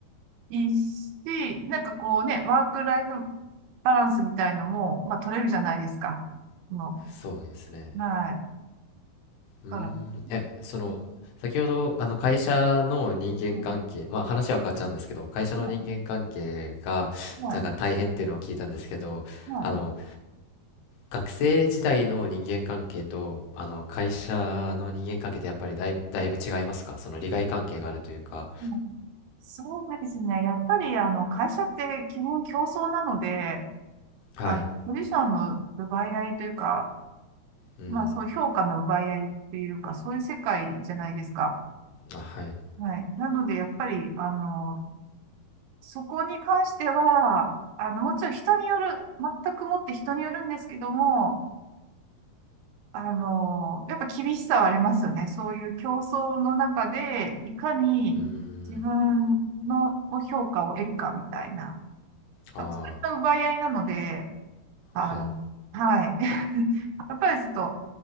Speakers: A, on the right (about 80°); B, on the left (about 75°).
A: いいし、なんかこうね、ワークライフバランスみたいのも、まあ、取れるじゃないですか。その、
B: そうですね。
A: はい。だ
B: うーん、
A: から、
B: え、その、
A: うん
B: 先ほど、あの、会社の人間関係、
A: うん
B: まあ話は変わっちゃうんですけど、会社の人間関係が、
A: うんうん
B: なんか大変っていうのを聞いたんですけど、
A: うん
B: あの、学生時代の人間関係と、あの、会社の人間関係ってやっぱりだいぶ、だいぶ違いますかその利害関係があるというか。
A: うんそうですね。やっぱり、あの、会社って基本競争なので、
B: はい。
A: あ、ポジションの奪い合いというか、
B: うん、
A: まあ、そう、評価の奪い合いというか、そういう世界じゃないですか。
B: あ、はい。
A: はい。なので、やっぱり、あの、そこに関しては、あの、もちろん人による、全くもって人によるんですけども、あの、やっぱ厳しさはありますよね。そういう競争の中で、いかに自分のの評価を得るかみたいな。
B: うーん、あ
A: そうそれの奪い合いなので、あの、
B: あ、はい。
A: はい。<laughs> やっぱりちょっと、